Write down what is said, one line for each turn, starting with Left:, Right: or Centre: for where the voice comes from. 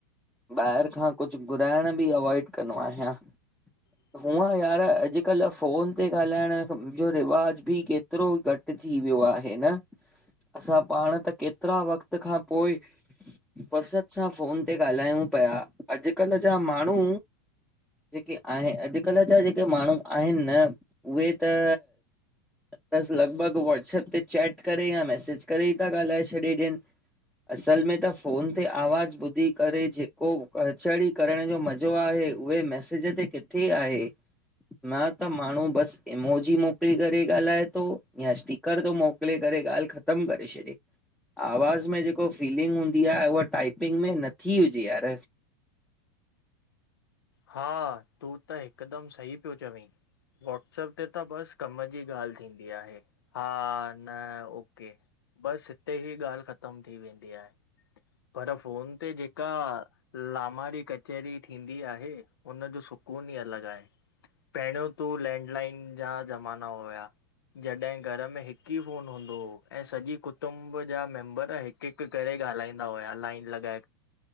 Centre: ॿाहिरि खां कुझु घुराइण बि अवॉइड कंदो आहियां।
Left: <inaudible>
Centre: हुअं यार अॼुकल्ह फ़ोन ते ॻाल्हाइण जो रिवाज बि केतिरो घटि जी वियो आहे न असां पाण त केतिरा वक़्त खां पोइ फ़ुर्सत सां फोन ते ॻाल्हायूं पिया अॼुकल्ह जा माण्हू जेके आहिनि अॼुकल्ह जा जेके माण्हू आहिनि न उहे त बसि लॻभॻि व्हाट्सअप ते चैट करे या मैसेज करे ई था ॻाल्हाए छॾे ॾियनि असल में त फ़ोन ते आवाज़ु ॿुधी करे जेको कचहढ़ी करण जो मज़ो आहे उहे मैसेज ते किथे आहे। न त माण्हू बसि एमोजी मोकिले करे ॻाल्हाए थो या स्ट कर थो मोकिले करे ॻाल्हि ख़तमु करे छॾे। आवाज़ में जेको फीलिंग हूंदी आहे उहा टाइपिंग में नथी हुजे यार
Left: हा तूं त हिकदमि सही पियो चवी। वाट्सप ते त बसि कम जी ॻाल्हि थींदी आहे। हा न ओके बसि हिते ई ॻाल्हि ख़तम थी वेंदी आहे। पर फोन ते जेक जेका लामारी कचहरी थींदी आहे हुनजो सुकून ई अलॻि आहे। पहिरियों तू लैंडलाइन जा ज़माना हुया जॾहिं घर में हिकु ई फोन हूंदो हो ऐ सॼी कुटुंब जा मेम्बर हिकु हिकु करे ॻाल्हाईंदा